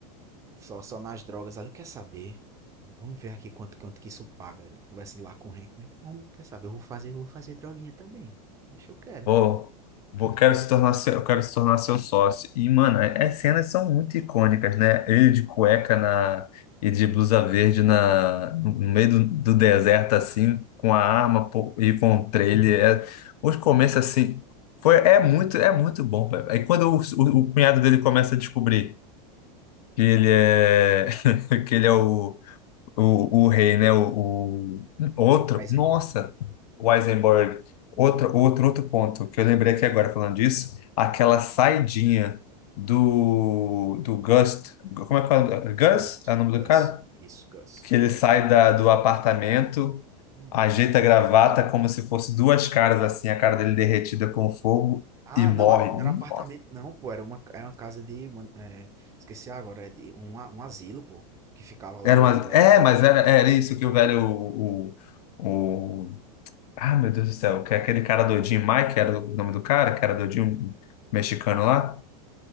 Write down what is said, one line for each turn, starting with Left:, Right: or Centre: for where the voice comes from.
Right: só, só nas drogas ali, quer saber? Vamos ver aqui quanto, quanto que isso paga. Ele Conversa lá com o Hank, né? Vamos, quer saber? Eu vou fazer, vou fazer droguinha também. Acho que eu quero.
Left: Vou, vou, quero se tornar seu, eu quero se tornar seu sócio. E, mano, é- as cenas são muito icônicas, né? Ele de cueca na, e de blusa verde na, no no meio do, do deserto, assim, com a arma pô, e com o trailer. É- os começos, assim, foi, é muito, é muito bom. velho. Aí quando o, o, o cunhado dele começa a descobrir que ele é, <laughs> que ele é o o, o rei, né? O, o- outro,
Right: Heisenberg.
Left: nossa, o Eisenberg. Outro, outro, outro ponto que eu lembrei aqui agora falando disso, aquela saidinha do, do Gus, como é que fala? Gus
Right: Gus.
Left: é o nome
Right: Gus.
Left: do cara?
Right: Isso, Gus.
Left: Que ele sai da, do apartamento,
Right: Hum.
Left: ajeita a gravata como se fosse duas caras assim, a cara dele derretida com fogo
Right: Ah,
Left: e morre.
Right: não, ali não era apartamento
Left: Nossa,
Right: não, pô, era uma, era uma casa de, uma- é, esqueci agora, é de um, a- um asilo, pô, que ficava lá
Left: era
Right: o,
Left: uma,
Right: o Hector,
Left: é, mas era, era isso que o velho, o, o, Ah, meu Deus do céu, que é aquele cara do Jim Mike, que era o nome do cara, que era do Jim mexicano lá.